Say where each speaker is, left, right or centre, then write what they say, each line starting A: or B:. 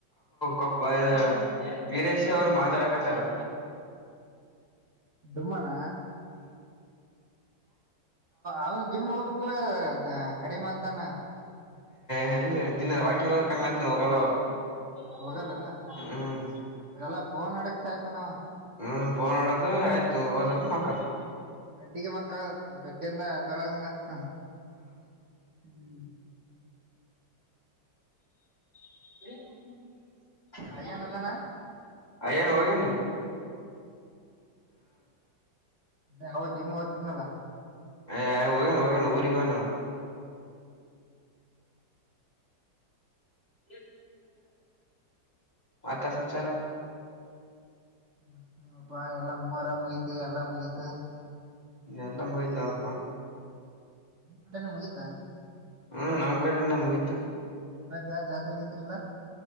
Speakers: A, on the left; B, on the right.
A: ಕೊಪ್ಪ ಇದು ವೀರೇಶ ಅವ್ರು ಮಾತಾಡಕಾತರ
B: ಡುಮ್ಮನ ಅವನು ಜಿಮ್ ಹೋಗ್ಬೇಕಕ್ಲ ಕಡಿಮೆಮತನ
A: ಹ ಎಲ್ಲಿ ದಿನ ವಾಕಿಂಗ್ ಹೋಗ್ತಾನ ಮತ್ ಹೋಗಲ್ಲ ಅವ.
B: ಹೋಗನೇನ
A: ಹ್ಮ್
B: ಎಲ್ಲಾ ಫೋನ್ ಮಾಡಕ್ ಸೈತನಾವ
A: ಹ್ಮ ಫೋನ್ ನೋಡದು ಆಯ್ತು ಹದ ಮಕ್ಕದು
B: ಬೆಡ್ಡಿಗೆ ಮಕ್ಕ ಬೆಡ್ಡಿಂದ ಎದ್ದೋಲಾಗಿಲ್ಲ ಹ್ಮ್
A: <unintelligible>
B: ಅಯ್ಯನ ಅದಾನ
A: ಅಯ್ಯನ್ ಹೋಗೇನು
B: ಯಾವೋ ಜಿಮ್ ಹೊತ್ತಿದ್ನಲ್ಲ
A: ಹ ಹೋಗೇನು ಹೋಗೇನು ಊರಿಗೆ ಹೋಗೇನು <unintelligible> ಮತ್ತೆ ಸಮಾಚಾರ
B: ಮತ್ತಪಾ ಎಲ್ಲಾ ಮೊರಾ ಮುಗಿತ್ತು ಎಲ್ಲ ಮುಗಿತು
A: ಎಲ್ಲಾ ಮುಗಿತು ನೋಡಪ್ಪ
B: ಕಡೆನೆ ಮುಗೀತ
A: ಹ್ಮ್ ನಮ್ ಕಡೆನು ಮುಗಿತು
B: ಈವಾಗ ಜಾತ್ರೆಗಿತ್ರಿ ಇಲ್ಲ